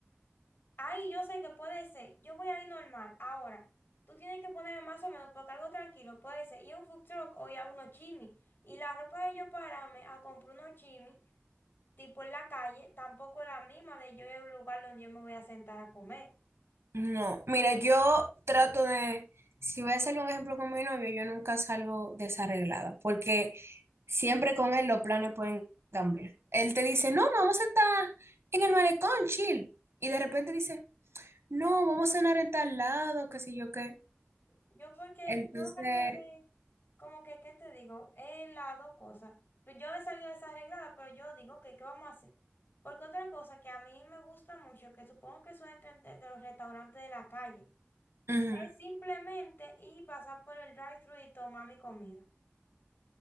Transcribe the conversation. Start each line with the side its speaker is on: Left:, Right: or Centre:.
Left: Ahí yo sé que puede ser, yo voy ahí normal. Ahora, tú tienes que ponerme más o menos porque algo tranquilo, puede ser, y a un food truck o ir a unos chimis. Y la ropa de yo pararme a comprar unos chimis, tipo en la calle, tampoco es la misma de yo en un lugar donde yo me voy a sentar a comer.
Right: No, mira, yo trato de, si voy a hacerle un ejemplo con mi novio, yo nunca salgo desarreglada, porque siempre con él los planes pueden cambiar. Él te dice, no, no, vamos a estar en el malecón, chill. Y de repente dice, no, vamos a cenar en tal lado, qué sé yo qué.
Left: Yo porque
Right: Entonces,
Left: yo hay veces, como que, ¿qué te digo? Es las dos cosas. Pues yo he salido desarreglada, pero yo digo, que ¿qué vamos a hacer? Porque otra cosa que a mí me gusta mucho, que supongo que suelen entre de los restaurantes de la calle.
Right: ujú,
Left: Es simplemente y pasar por el drive-thru y tomar mi comida.